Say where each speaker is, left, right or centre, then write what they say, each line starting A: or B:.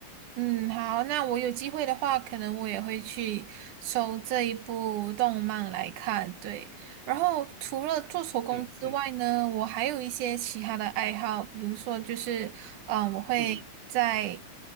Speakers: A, on the right; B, on the right.
A: 嗯，好，那我有机会的话，可能我也会去收这一部动漫来看。对，然后除了做手工之外呢，
B: 嗯嗯
A: 我还有一些其他的爱好，比如说就是，嗯、我会在，
B: 嗯